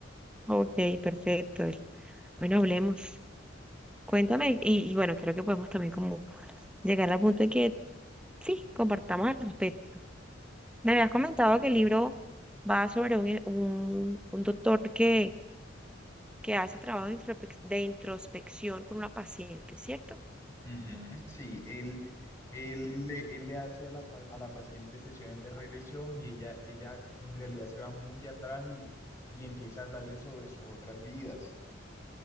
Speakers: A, in the centre; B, on the left.
A: Ok, perfecto. Bueno, hablemos. Cuéntame, y, y bueno, creo que podemos también como llegar al punto en que sí, compartamos al respecto. Me habías comentado que el libro va sobre un, un, un doctor que, que hace trabajo de, introspec- de introspección con una paciente, ¿cierto?
B: Ujú, sí, Él, él, le- él le hace a la, pa- a la paciente sesiones de regresión y ella, ella en realidad se va muy atrás y, y empieza a hablarle sobre sus otras vidas.